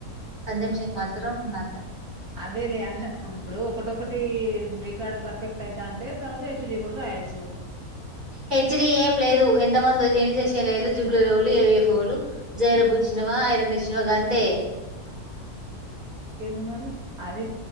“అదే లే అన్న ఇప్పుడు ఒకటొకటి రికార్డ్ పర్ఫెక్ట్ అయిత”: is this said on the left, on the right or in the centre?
Right